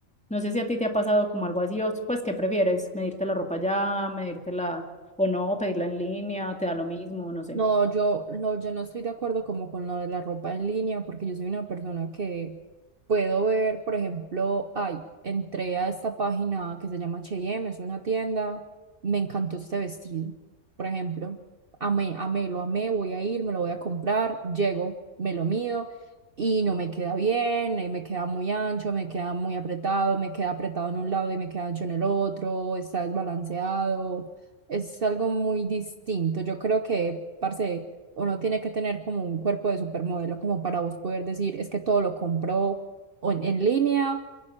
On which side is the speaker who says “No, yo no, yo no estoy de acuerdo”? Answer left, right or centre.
Right